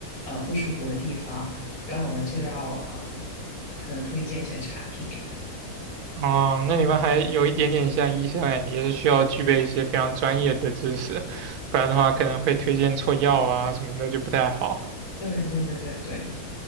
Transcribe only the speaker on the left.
呃不舒服的地方，然后我们就要呃可能推荐一些产品给他。
对对对对对，